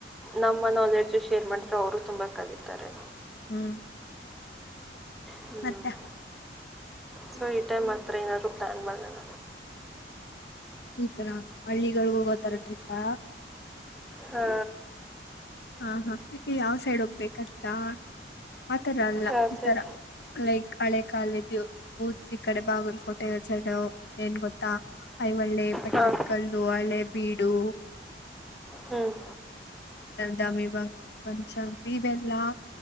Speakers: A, in the centre; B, on the left.
A: ನಮ್ಮ ನಾಲೆಡ್ಜ್ ಶೇರ್ ಮಾಡಿದ್ರೆ ಅವರು ತುಂಬಾ ಕಲಿತಾರೆ.
B: ಹ್ಮ್.
A: ಹ್ಮ್.
B: ಮತ್ತೆ
A: ಸೊ ಈ ಟೈಮ್ ಆತ್ರ ಏನಾದ್ರು ಪ್ಲಾನ್ ಮಾಡಣ.
B: ಈತರ ಹಳ್ಳಿಗಳಗ್ ಹೋಗೋತರ ಟ್ರಿಪ್ಪಾ.
A: ಹಾ.
B: ಹಾ ಹಾ ಈಗ್ ಯಾವ್ ಸೈಡ್ ಹೋಗ್ಬೇಕ್ ಗೊತ್ತ ಆತರ ಅಲ್ಲ
A: ಹಾಂ
B: ಈ
A: ಸರಿ
B: ತರ ಲೈಕ್ ಹಳೆ ಕಾಲ <unintelligible> ಕೋಟೆ ಸೈಡ ಏನ್ ಗೊತ್ತಾ ಐಹೊಳೆ ಪಟ್ಟದಕಲ್ಲು
A: ಹಾಂ
B: ಹಳೆಬೀಡು.
A: ಹ್ಮ್.
B: ದ ವಿವಾ ಬನಶಂಕರಿ ಇವೆಲ್ಲಾ